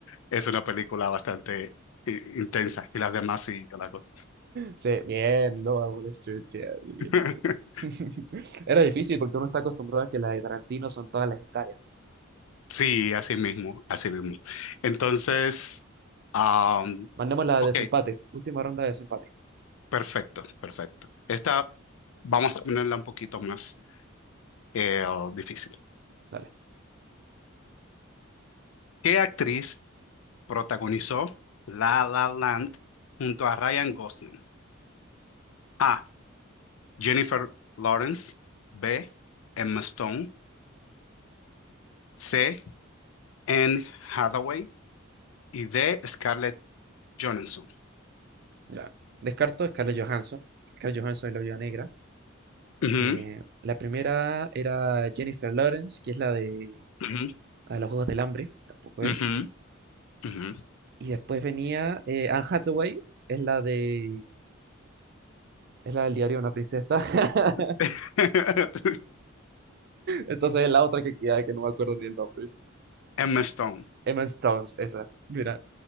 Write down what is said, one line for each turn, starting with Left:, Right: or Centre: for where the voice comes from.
Left: es una película bastante i- intensa y las demás sí, yo la hago.
Right: Sí, bien, Lobo de Wall Street, sí, bien,
Left: <laughs>
Right: bien, bien. bien. <laughs> Era difícil porque uno está acostumbrado a que las de Tarantino son todas legendarias. pues,
Left: Sí, así mismo, así mismo. Entonces, am,
Right: Mandemos la
Left: ok,
Right: de desempate. Última ronda de desempate.
Left: Perfecto, perfecto. Esta vamos a ponerla un poquito más eh, difícil.
Right: Dale.
Left: ¿Qué actriz protagonizó La La Land junto a Ryan Gosling? A. Jennifer Lawrence. B. Emma Stone. C. Anne Hathaway. Y D. Scarlett Johansson.
Right: Ya. Descarto Scarlett Johansson. Scarlett Johansson es la viuda negra.
Left: Ujú,
Right: Eh, la primera era Jennifer Lawrence, que es la de,
Left: ujú,
Right: la de los Juegos del Hambre. Tampoco es.
Left: ujú, ujú.
Right: Y después venía eh, Anne Hathaway, es la de. Es la del diario de una princesa. <laughs>
Left: <laughs>
Right: Entonces es la otra que queda, que no me acuerdo ni el nombre.
Left: Emma Stone.
Right: Emma Stone esa. Mira,